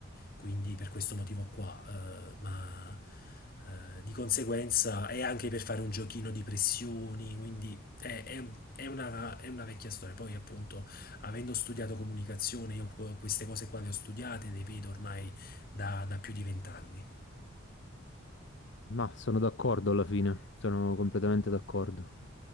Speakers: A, on the left (about 45°); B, on the left (about 60°).
A: quindi per questo motivo qua, eh, ma eh, di conseguenza è anche per fare un giochino di pressioni, quindi è, è- è una, è una vecchia storia. Poi appunto, avendo studiato comunicazione, io qu- queste cose qua le ho studiate, le vedo ormai da, da più di vent'anni.
B: Ma sono d'accordo alla fine, sono completamente d'accordo.